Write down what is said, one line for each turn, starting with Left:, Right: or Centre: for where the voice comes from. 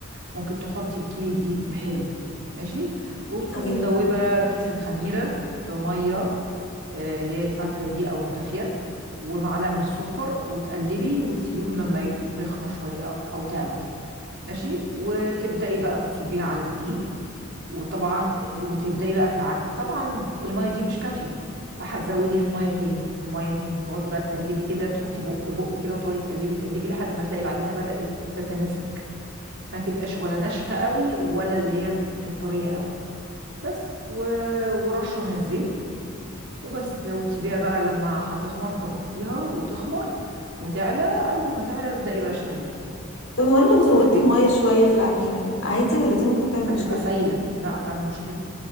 Right: ممكن تحطي الكيو دي بحاله ماشي وتكوني
Left: أيوه
Right: مدوبة كيس الخميرة في مية آه، اللي هي الفترة دي أو الدافية ومعلقة من السكر وتقلبي وتسيبيهم لما ي- تخمر شوية أو أو تعلى ماشي وتبدأي بقى تصبيها على الدقيق وطبعا وتبدأي بقى في العجن طبعا المية دي مش كافية فهتزودي في مية تاني في مية تاني تقعدي بقى تقلبي كده تحطي بق بق كده وتقعدي تقلبي تقلبي لحد ما تلاقي العجينة بدأت تتماسك ما تبقاش ولا ناشفة قوي ولا اللي هي الطرية قوي بس و... ورشة من الزيت وبس كده وتسيبيها بقى لما هتخمر تغطيها وتخمر وتعلى اول ما تعلى ابدأي بقى اشتغلي بيها
Left: طب هو أنا لو زودت
Right: تفريد
Left: المية شوية في العجينة عادي ولا دي ممكن تعمل
Right: هتبقى
Left: مشكلة
Right: سايلة لا هتعمل مشكلة